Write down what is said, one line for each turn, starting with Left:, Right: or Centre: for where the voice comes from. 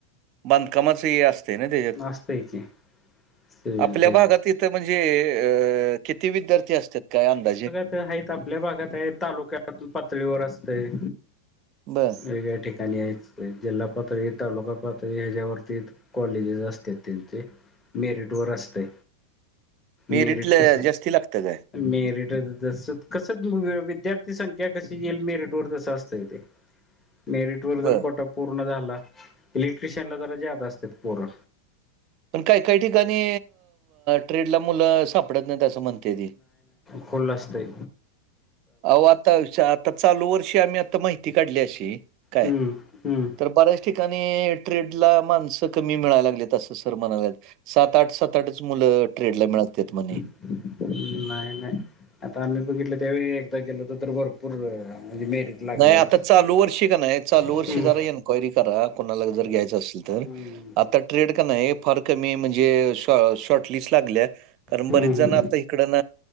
Right: बांंदकामच असतते. ना त्याच्यात
Left: असतय की सिव्हिल
Right: आपल्या
Left: ते
Right: भागात इथ म्हणजे अ. किती विद्यार्थी असतात काय अंदाजे
Left: ह आपल्या भागात आहे तालुक्यात पातळीवर असतय
Right: बर.
Left: वेग ठठीक. आणि जिल्हा पातळी तालुका पातळी ह्याच्यावरती कॉलेजेस असते त्यांचे मेरिटवर असते.
Right: मी
Left: मेरिट
Right: रिटलं
Left: कस
Right: जास्ती लागतं काय?
Left: मेरिट तस कस विद्यार्थी संख्या कशी येईल मेरिट वर तस असतंय तेे
Right: <unintelligible>
Left: मेरिट वर
Right: बर
Left: जर कोटा पूर्ण झाला इलेक्ट्रिशियनला जरा जादा असते पूरं.
Right: पण काही काही ठिकाणी ट्रेडला मुलं सापडत नाही असं म्हणतेय ती
Left: खुोल असते.
Right: अह आता आता चालू वर्षी आम्ही आता माहिती काढली अशी काय
Left: हम्म हम्म
Right: तर बरेच. ठिकाणी ट्रेड ला माणसं कमी मिळायला लागत असं सर म्हणालेत. सात आठ सात आठच मुलं ट्रेड ला मिळतते म्हणे.
Left: नाही नाही आता आम्ही बघितलं त्यावेळी एकदा गेलो तर तर भरपूर मेरिट लागलं
Right: नाही
Left: होतं.
Right: आता चालू वर्षी का नाही चालू
Left: हम्म.
Right: वर्षी जारा ये न. क्वेरी करा कोणाला जर घ्यायचं असेल तर
Left: हम्म
Right: आता ट्रेड का नाही हे फार कमी म्हणजे श शॉर्ट लिस्ट लागल्या. कारण
Left: हम्म
Right: बरीच जण
Left: हम्म
Right: आता इकडन